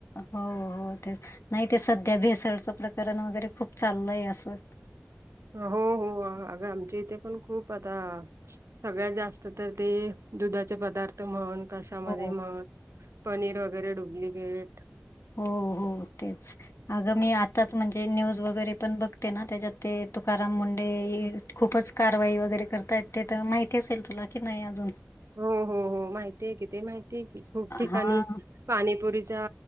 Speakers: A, on the left; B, on the right.
A: हो हो तेच नाही ते सध्या भेसळचं प्रकरण वगैरे खूप चाललंय असं
B: हो हो अगं आमच्या इथे पण खूप आता सगळ्यात जास्त तर ते दुधाचे पदार्थ म्हण कशामध्ये
A: हो
B: म्हण पनीर वगैरे डुप्लिकेट
A: हो हो तेच अगं मी आताच म्हणजे न्यूज वगैरे पण बघते ना त्याच्यात ते तुकाराम मुंडे ए खूपच कारवाई वगैरे करतायेत ते तर माहिती असेल तुला की नाही अजून
B: हू हू हू माहितीये की ते माहितीये की खूप ठिकाणी
A: हा
B: पाणीपुरीच्या